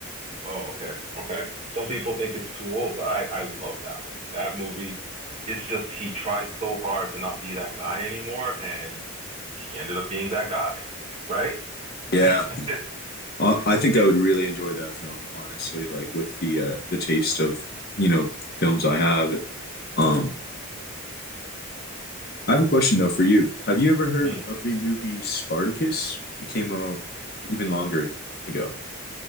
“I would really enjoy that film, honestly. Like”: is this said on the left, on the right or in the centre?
Left